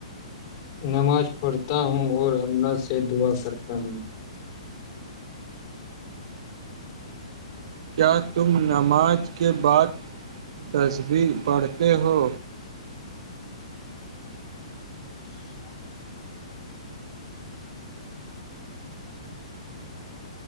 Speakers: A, on the left; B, on the right.
A: نماز پڑھتا ہوں اور حملہ سے دعا کرتا ہوں
B: کیا تم نماز کے بعد تصویر پڑھتے ہو
A: ج <unintelligible>